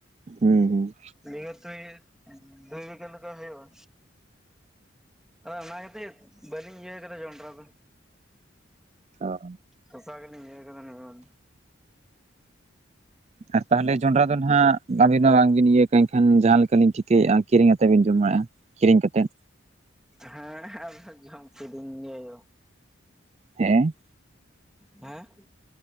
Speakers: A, on the right (about 35°); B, in the centre.
A: ᱦᱮᱸ ᱦᱩᱸ।
B: ᱱᱤᱭᱟᱹ ᱛᱩᱭ ᱫᱩ ᱵᱤᱜᱷᱟ ᱞᱮᱠᱟ ᱦᱩᱭᱩᱜ-ᱟ। ᱟᱫᱚ ᱚᱱᱟ ᱠᱷᱟᱹᱛᱤᱨ ᱵᱟᱹᱞᱤᱧ ᱤᱭᱟᱹ ᱠᱟᱫᱟ ᱡᱚᱸᱰᱨᱟ ᱫᱚ।
A: ᱚ,
B: ᱥᱚᱥᱟ ᱜᱮᱞᱤᱧ ᱤᱭᱟᱹ ᱠᱟᱫᱟ ᱱᱮᱥ ᱫᱚ।
A: ᱟᱜ ᱛᱟᱦᱚᱞᱮ ᱡᱚᱸᱰᱨᱟ ᱫᱚ ᱦᱟᱜ ᱟᱵᱤᱱ ᱢᱟ ᱵᱟᱝᱵᱤᱱ ᱤᱭᱟᱹ ᱠᱟᱜᱼᱟ ᱮᱱᱠᱷᱟᱱ ᱡᱟᱦᱟᱸ ᱞᱮᱠᱟᱞᱤᱧ ᱴᱷᱤᱠᱟᱹᱭᱮᱫᱼᱟ ᱠᱤᱨᱤᱧ ᱟᱛᱮᱫ ᱵᱤᱱ ᱡᱚᱢ ᱼᱟ? ᱠᱤᱨᱤᱧ ᱠᱟᱛᱮᱫ?
B: ᱦᱮᱸ ᱟᱫᱚ ᱡᱚᱢ ᱠᱤᱫᱤᱧ ᱜᱮ ᱦᱩᱭᱩᱜ-ᱟ।
A: ᱦᱮᱸ,
B: ᱦᱮᱸ,